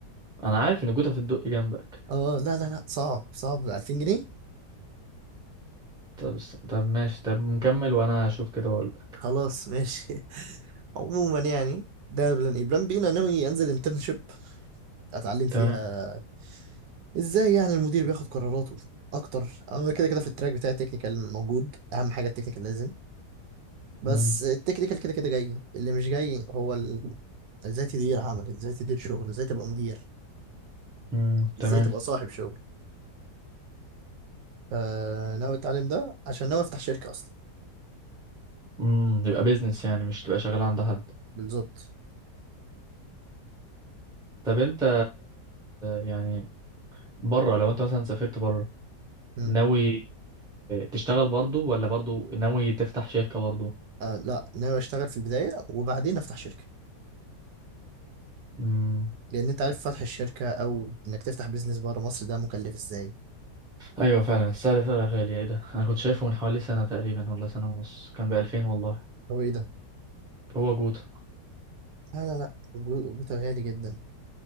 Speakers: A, in the centre; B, on the right.
A: انا عارف ان جوتا في الدق جنبك
B: اه لا لا لا صعب صعب ب 2000 جنيه
A: طب بس طب ماشي طب نكمل وانا اشوف كده واقول لك.
B: خلاص ماشي <laughs> عموما يعني ده بلان ايه بلان بي انا ناوي انزل انترنشيب اتعلم فيها
A: تمام
B: ازاي يعني المدير بياخد قراراته اكتر انا كده كده في التراك بتاع التكنيكال موجود اهم حاجه التكنيكال لازم بس
A: مم.
B: التكنيكال كده كده جاي اللي مش جاي هو ال... ازاي تدير عمل ازاي تدير شغل ازاي تبقى مدير
A: مم.
B: ازاي
A: تمام
B: تبقى صاحب شغل فناوي اتعلم ده عشان ناوي افتح شركه اصلا
A: امم يبقى بيزنس يعني مش تبقى شغال عند حد
B: بالظبط
A: طب انت يعني بره لو انت مثلا سافرت بره
B: مم.
A: ناوي تشتغل برضو ولا برضو ناوي تفتح شركة برضو
B: آه لا ناوي اشتغل في البدايه وبعدين افتح شركه
A: امم
B: لان انت عارف فتح الشركه او انك تفتح بيزنس بره مصر ده مكلف ازاي
A: ايوه فعلا السعر فعلا غالي ايه ده انا كنت شايفه من حوالي سنة تقريبا ولا سنة ونص كان بألفين والله
B: هو ايه ده
A: هو جوتا
B: لا لا لا الجو- الجوتا غالي جدا